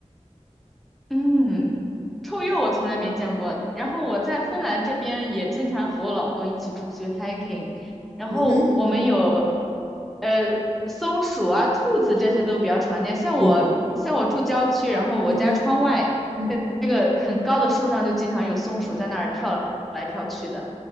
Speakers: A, in the centre; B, on the right.
A: 嗯。臭鼬我从来没见过，然后我在芬兰这边也经常和我老公一起出去
B: 嗯
A: hiking，然后我们有
B: 嗯哼，
A: 呃松鼠啊、兔子这些都比较常见。像我像我住郊区，
B: 对对对，
A: 然后我家窗外那那个很高的树上就经常有松鼠在那儿跳来跳去的。
B: 嗯嗯嗯，